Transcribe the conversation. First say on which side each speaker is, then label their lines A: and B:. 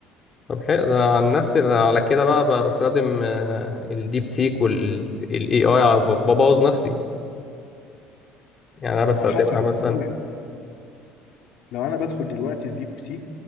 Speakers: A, on the left; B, on the left.
A: طب حلو ده عن نفسي ده على كده بقى, بقى بستخدم آه، الديب سيك والاي اي ببوظ نفسي يعني انا بستخدمها
B: ما هو حسب
A: مثلا
B: هقول لك لو انا بدخل دلوقتي الديب سيك